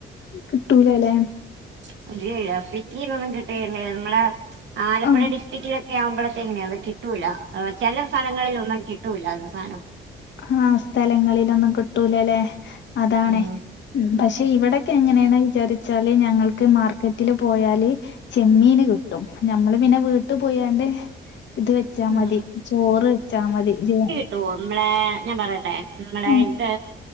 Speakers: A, on the left; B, on the right.
A: കിട്ടൂല അല്ലേ
B: <unintelligible> നമ്മളെ. ആലപ്പുഴ
A: ആഹ്
B: ഡിസ്ട്രിക്റ്റിലൊക്കെ ആവുമ്പോഴത്തെനെ അത് കിട്ടൂല ചില സ്ഥലങ്ങളിലൊന്നും കിട്ടൂല അവസാനം.
A: ആഹ് സ്ഥലങ്ങളിലൊന്നും കിട്ടൂലലേ അതാണേ
B: ഉം
A: പഷെ ഇവിടെക്കെ എങ്ങനെയാണ് വിചാരി ച്ചാല് ഞങ്ങൾക്ക് മാർക്കറ്റില് പോയാല്. ചെമ്മീന് കിട്ടും ഞമ്മള് പിന്നെ വീട്ടു പോയാണ്ട്. ഇത് വെച്ചാ
B: ഉം
A: മതി ചോറ് വെച്ചാ മതി ഇജ്ജ്.
B: ഇമ്മളെ ഞാൻ പറയട്ടെ ഇമ്മളെ
A: ഉം,
B: ഇത്